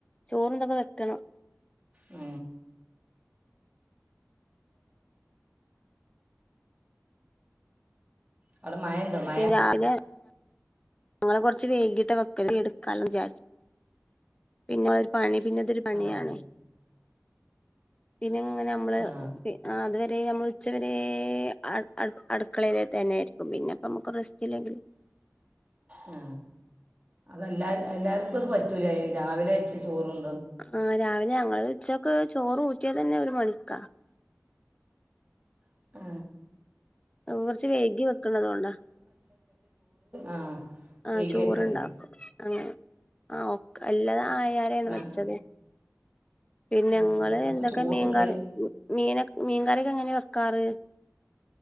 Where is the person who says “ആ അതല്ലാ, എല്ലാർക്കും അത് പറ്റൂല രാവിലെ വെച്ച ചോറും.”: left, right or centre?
Right